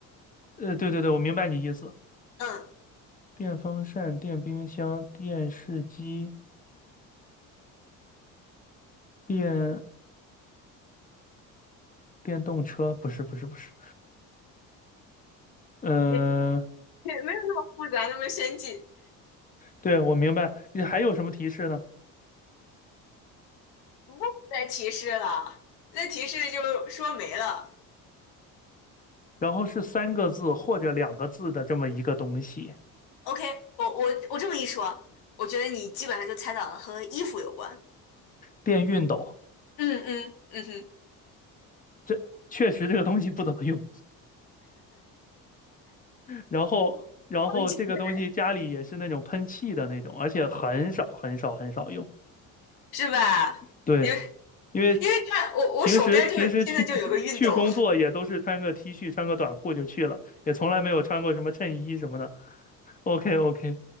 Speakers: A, on the left; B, on the left.
A: 呃，对对对，我明白你意思。
B: 嗯，
A: 电风扇、电冰箱、电视机、电电动车，不是不是不是。呃，
B: <laughs> 也也没有那么复杂，那么先进，
A: 对，我明白。你还有什么提示呢？
B: 不再提示了，再提示就说没了。
A: 然后是三个字或者两个字的这么一个东西，
B: OK，我我我这么一说，我觉得你基本上就猜到了和衣服有关。
A: 电熨斗。
B: 嗯嗯嗯哼，
A: 这确实这个东西不怎么用。然后然后这个东西家里也是那种喷气的那种，
B: 文静的人
A: 而且很少很少很少用。
B: 是吧？
A: 对，
B: 因为
A: 因为
B: 因为看我我手边就有现在就有个熨斗，
A: 平时平时去 <laughs> 去工作也都是穿个 T 恤穿个短裤就去了，也从来没有穿过什么衬衣什么的。OK OK，